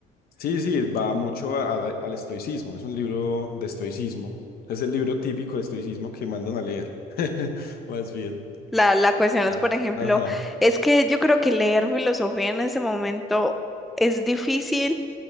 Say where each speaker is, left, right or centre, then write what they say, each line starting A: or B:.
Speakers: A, on the left (about 65°); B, in the centre.
A: Sí, sí, va mucho a- a- al estoicismo, es un libro de estoicismo, es el libro típico de estoicismo que mandan a leer, <laughs> más bien.
B: La, la cuestión
A: Ah,
B: es, por ejemplo,
A: ajá,
B: es que yo creo que leer filosofía en ese momento es difícil,